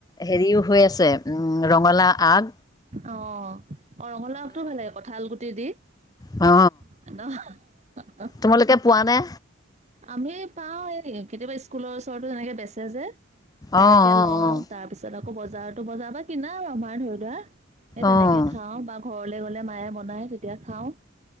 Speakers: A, on the left; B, on the right.
A: হেৰিও হৈ আছে উম ৰঙলাও আগ।
B: অ অ ৰঙালাওতো ভালে কঁঠাল গুটি দি।
A: অ।
B: নহয় <unintelligible>
A: তোমালোকে পোৱা নে?
B: আমি পাও এই কেতিয়াবা স্কুলৰ ওচৰতো তেনেকে বেচে যে, তেনেকে
A: অঁ
B: লওঁ
A: অঁ
B: তাৰ তাৰ পিছত আকৌ বজাৰতো বজাৰ পা কিনা আৰু আমাৰ ধৰি লোৱা, এ তেনেকে
A: অঁ
B: খাওঁ বা ঘৰলে গলে মায়ে বনাই তেতিয়া খাওঁ